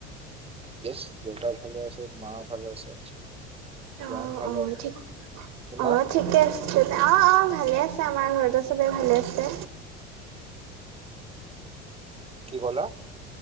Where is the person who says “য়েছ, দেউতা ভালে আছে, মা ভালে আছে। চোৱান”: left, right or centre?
Right